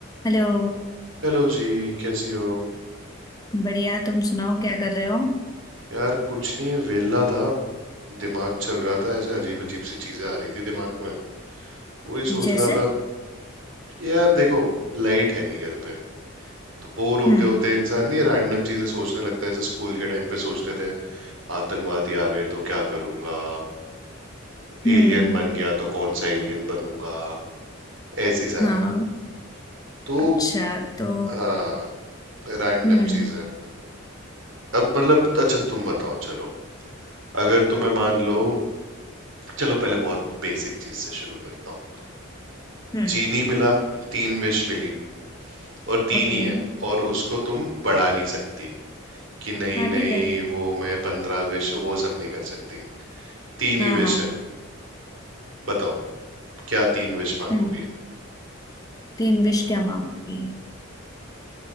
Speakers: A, on the left; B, on the right.
A: Hello
B: Hello जी कैसी हो
A: बढ़िया तुम सुनाओ क्या कर रहे हो
B: यार कुछ नहीं वेला था दिमाग चल रहा था ऐसे अजीब अजीब सी चीजें आ रही थी दिमाग में वही सोच
A: जैसे
B: रहा था यार देखो लाइट है नहीं घर पे तो बोर होते
A: हम्म
B: होते इंसान नहीं रैंडम चीजें सोचने लगता है जैसे स्कूल के टाइम पे सोचते थे आतंकवादी आ गए तो क्या करूंगा
A: हम्म
B: एलियन बन गया तो कौन सा एलियन बनूंगा ऐसी सारी
A: हाँ
B: तो
A: अच्छा तो
B: हाँ रैंडम
A: हम्म
B: चीज है अब मतलब अच्छा तुम बताओ चलो अगर तुम्हें मान लो चलो पहले बहुत बेसिक चीज से शुरू करता हूँ
A: हम्म
B: जीनी मिला तीन विश मिली और तीन
A: ओके
B: ही है और उसको तुम बढ़ा नहीं सकती कि नहीं
A: हाँ ठीक
B: नहीं
A: है
B: वो मैं पंद्रह विश वो सब नहीं कर सकती तीन
A: हाँ
B: ही विश
A: हाँ
B: है बताओ क्या तीन विश मांगोगी
A: हम्म तीन विश क्या मांगोगी